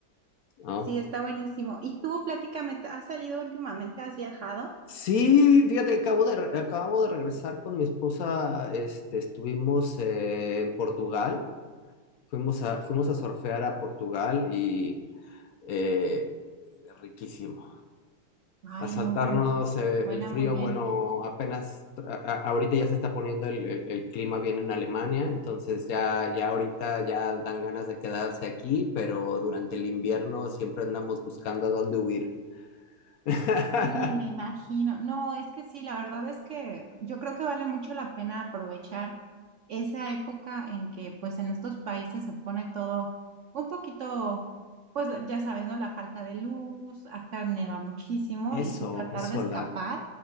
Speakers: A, on the left; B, on the right.
A: ¿no?
B: Sí, está buenísimo. ¿Y tú, platícame, ¿has salido últimamente? ¿Has viajado?
A: Sí, fíjate, acabo de, re- acabo de regresar con mi esposa, este, estuvimos eh, en Portugal, fuimos a, fuimos a surfear a Portugal y eh, riquísimo.
B: Ay,
A: a saltarnos
B: no, bueno, es-
A: eh,
B: suena
A: el frío.
B: muy bien.
A: Bueno, apenas a- a- ahorita ya se está poniendo el, el- el clima bien en Alemania, entonces ya, ya ahorita ya dan ganas de quedarse aquí, pero durante el invierno siempre andamos buscando a dónde huir. <laughs>
B: Y me imagino, no, es que sí, la verdad es que yo creo que vale mucho la pena aprovechar esa época en que pues en estos países se pone todo un poquito, pues ya sabes, ¿no? La falta de luz, acá neva muchísimo
A: Eso,
B: y si tratar
A: eso,
B: de escapar
A: la...